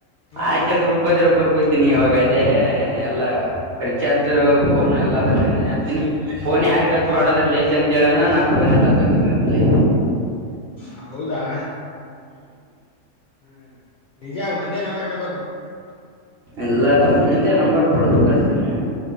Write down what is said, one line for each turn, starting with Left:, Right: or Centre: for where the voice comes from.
Left: ಹ್ಮ್
Right: ಆಕೆ ಅಂದ ರುಬ್ಬದೇ ರುಬ್ಬ ಕಯ್ತೀನಿ ಇವಾಗ ಅದೇ ಎಲ್ಲಾ ರಿಚಾರ್ಜ್ ಫೋನ್ ಎಲ್ಲ ಅದ್ರತೀನಿ ಫೋನ್ ಯಾರಿಗ ಹಚ್ಚಬಾಡ ಅದ್ರಲ್ಲಿ ಅಂತ ಹೇಳ್ಯಾನ್ ನಾ ಫೋನ್ ಎಲ್ಲ ಹಚ್ಚಕತೀನಿ ಅದ್ರಲ್ಲಿ.
Left: ಹೌದಾ ಹ್ಮ್ ನಿಜ ಒಂದೇ ನಂಬರ್ ಇಡಬೇಕು.
Right: ಎಲ್ಲದ ಒಂದೇ ನಂಬರ್ ಕೊಡ್ಬೇಕ ಸಿಮ್ಮು.